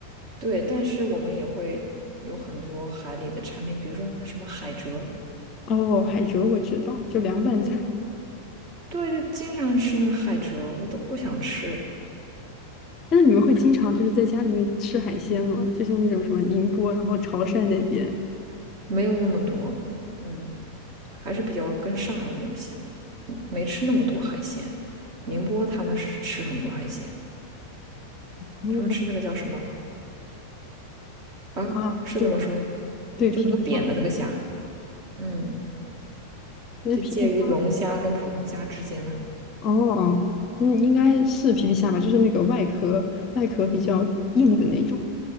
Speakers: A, on the right; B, on the left.
A: 对，但是我们也会有很多海里的产品，比如说那什么海蜇，
B: 哦，海蜇我知道，就凉拌菜。
A: 我对，就经常吃那个海蜇，我都不想吃，
B: 那你们会经常就是在家里面吃海鲜吗？就像那种什么宁波，然后潮汕那边。
A: 没有那么多，嗯，还是比较跟上海比较像，嗯没吃那么多海鲜。宁波他们是吃很多海鲜，
B: 哦，
A: 他们吃那个叫什么啊？
B: 啊，
A: 是这么说，
B: 对对，
A: 就那个扁的那个虾，
B: 皮皮虾。
A: 嗯，
B: 那实皮皮虾
A: 就介于龙虾跟普通虾之间那个，
B: 哦，嗯，应该是皮皮虾吧，就是那个外壳外壳比较硬的那种。